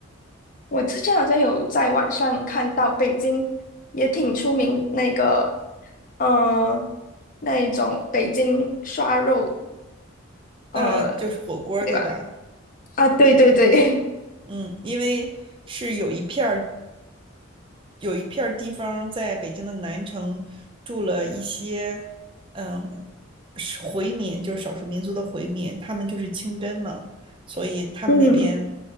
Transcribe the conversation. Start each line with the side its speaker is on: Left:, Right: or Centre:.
Left: 我之前好像有在网上看到北京也挺出名那个，呃，那一种北京涮肉，
Right: <laughs>
Left: 呃，
Right: 嗯、就是火锅对吧？
Left: 对吧？啊，对对对，
Right: 嗯，因为是有一片儿有一片地方在北京的南城住了一些，嗯，回民，就是少数民族的回民，他们就是清真嘛，所以他们那边
Left: <laughs> 嗯